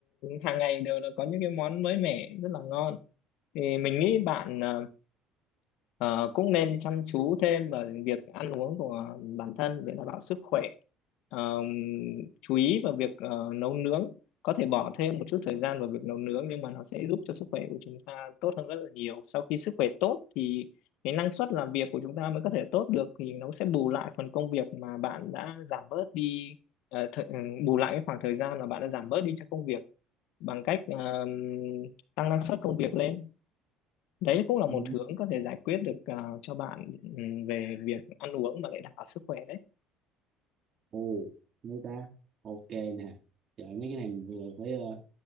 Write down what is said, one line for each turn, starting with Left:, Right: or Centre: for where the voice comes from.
Left: hàng ngày đều là có những cái món mới mẻ rất là ngon thì mình nghĩ bạn ờ, Ờ, cũng nên chăm chú thêm vào việc ăn uống của bản thân để đảm bảo sức khỏe. Ờ, chú ý vào việc ờ, nấu nướng có thể bỏ thêm một chút thời gian vào việc nấu nướng nhưng mà nó sẽ giúp cho sức khỏe của chúng ta tốt hơn rất là nhiều sau khi sức khỏe tốt thì cái năng suất làm việc của chúng ta mới có thể tốt được thì nó sẽ bù lại phần công việc mà bạn đã giảm bớt đi ờ, thời- ừ, bù lại cái khoảng thời gian mà bạn đã giảm bớt đi cho công việc bằng cách ờ, tăng năng suất công việc lên đấy cũng là một
Right: Ừ,
Left: hướng có thể giải quyết được ờ, cho bạn ừ, về việc ăn uống mà lại đảm bảo sức khỏe đấy
Right: Ồ, mấy ta ok nè trời mấy cái này mình vừa phải ờ,